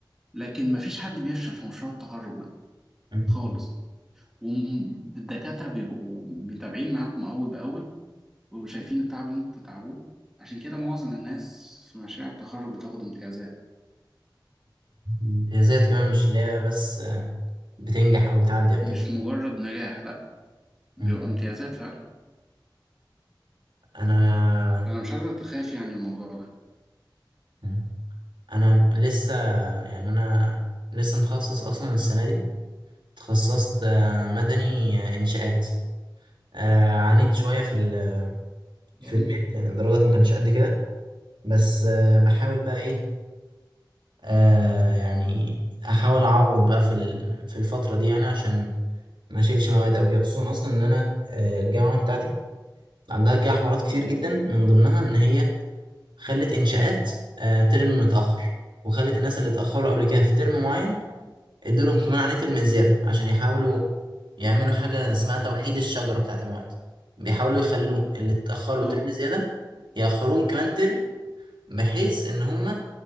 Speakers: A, in the centre; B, on the right.
A: لكن مفيش حد بيفشل في مشروع التخرج ده
B: مم.
A: خالص والدكاترة بيبقوا متابعين معاكم أول بأول وشايفين التعب اللي انتوا بتتعبوه عشان كده معظم الناس في مشاريع التخرج بتاخد امتيازات
B: امتيازات كمان مش اللي هي بس آه، بتنجح او بتعدي او
A: مش
B: كده
A: مجرد نجاح لا
B: مم.
A: بيبقى امتيازات فعلا
B: انا
A: أنا مش قادر أتخاف يعني الموضوع ده
B: مم. انا لسه يعني انا لسه متخصص اصلا السنة دي تخصصت آه، مدني آه، إنشاءات آه، عانيت شوية في ال- في
A: جميل
B: الميد يعني الدرجات ما كانتش قد كده بس آه، بحاول بقى إيه آه، يعني أحاول أعوض بقى في ال- في الفترة دي يعني عشان ما أشيلش مواد أو كده خصوصا أصلا إن أنا آه، الجامعة بتاعتي عندها كده حوارات كتير جدا من ضمنها إن هي خلت إنشاءات آه، ترم متأخر وخلت الناس اللي اتأخروا قبل كده في ترم معين ادولهم كمان عليه ترم زيادة عشان يحاولوا يعملوا حاجة اسمها توحيد الشجرة بتاعة المواد بيحاولوا يخلوه اللي اتأخروا
A: اه
B: ترم زيادة يأخروهم كمان ترم بحيث إن هما